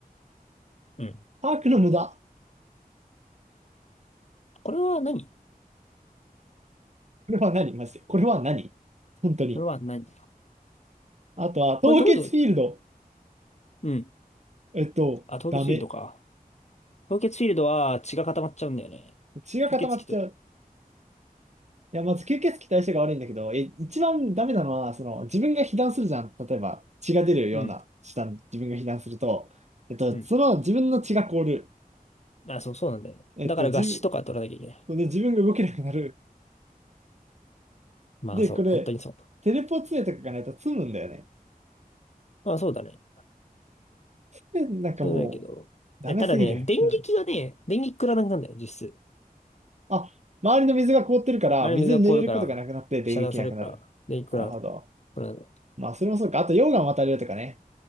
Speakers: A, on the left; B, on the right.
A: うん。
B: パークの無駄。
A: これは何
B: これは何マジで。これは何本当に。
A: これは何
B: あとは、凍結フィールド。
A: これどういう、うん。
B: えっと、
A: あ、凍結フィールドか。
B: ダメ。
A: 凍結フィールドは血が固まっちゃうんだよね。
B: 血が固まっちゃう。
A: 吸血鬼と。
B: いや、まず吸血鬼対象が悪いんだけど、え、一番ダメなのは、その、自分が被弾するじゃん。例えば、血が出るような下に自分が被弾すると、
A: うん。
B: えっと、
A: うん。
B: その自分の血が凍る。
A: あ、そう、そうなんだよね。
B: えっと、
A: だから合死とか取らなきゃいけない。
B: 自分、で自分が動けなくなる。
A: まあそう、
B: で、これ、
A: 本当にそう。
B: テレポ杖とかがないと積むんだよね。
A: まあそうだね。
B: でなんかもう、
A: そういうのいいけど。
B: ダメすぎる。
A: え、ただね、電撃がね、
B: うん。
A: 電撃食らわなくなるんだよ、実質。
B: あ、周りの水が凍ってるから、
A: あれ水が凍るから、
B: 水に濡れることがなくなってで撃なくなる。
A: 遮断されるから、電撃食ら
B: なるほど。
A: う。
B: まあ、それもそうか。あと、溶岩渡れるとかね。